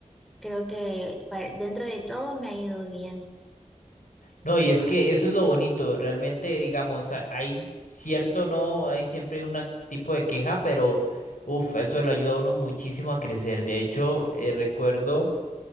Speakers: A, in the centre; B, on the left.
A: Creo que pa- dentro de todo me ha ido bien.
B: No, y es que eso es lo bonito, realmente, digamos, ha- hay cierto no, hay siempre un tipo de queja, pero uff, eso le ayuda a uno muchísimo a crecer. De hecho, eh, recuerdo